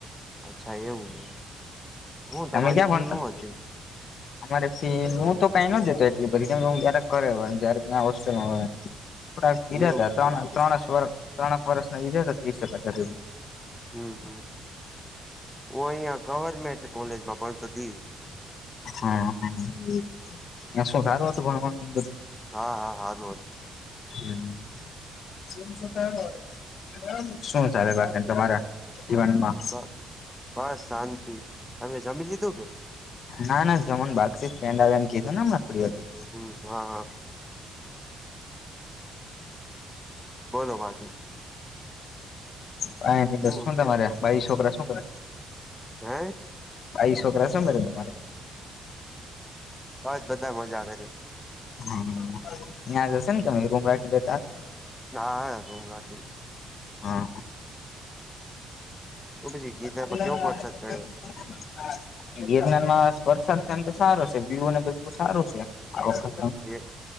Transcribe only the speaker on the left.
તમે ક્યાં
ભણતા
અમારે ફી હું તો કંઈ નો દેતો એટલી બધી કેમ કે ક્યારેક ઘરે હોય ને ક્યારેક ન્યાં હોસ્ટેલમાં હોય. થોડા દીધા
હતા ત્રણ
ત્રણસ વરસ ત્રણેક વર્ષના દીધા હતા ત્રીસેક હાજર.
હમ્મ હમ્મ ન્યાં શુ સારુ હતું ભણવાનું ને એ બધું.
હમ્મ. <inaudible> શું ચાલે બાકી તમારા જીવનમાં?
ના, ના જમવાનું બાકી સે. ફ્રેન્ડ આવે એમ કીધું ને હમણાં થોડી વારમાં.
પાહે ની બસ.
શું
તમારે બાઈયુ છોકરા શું કરે?
બાઈ છોકરા શું કરે છે તમારે?
હા ત્યાં હશો ને તમે રૂમ રાખીને રેતા હશોને?
હા
<inaudible>
ગિરનારમાં વરસાદ ને એમ તો સારો છે, વ્યુ અને બધું સારું છે. આ વખત